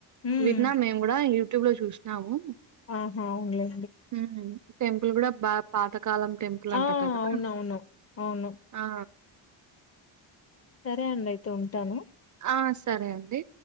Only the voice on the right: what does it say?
విన్నాం మేమ్ గుడా యువ్టూబ్ లొ చూష్నాము
ఊమ్ టెంపుల్ గుడా బా పాత కాలం టెంపులంట
కదా
ఆ
ఆ సరే అండి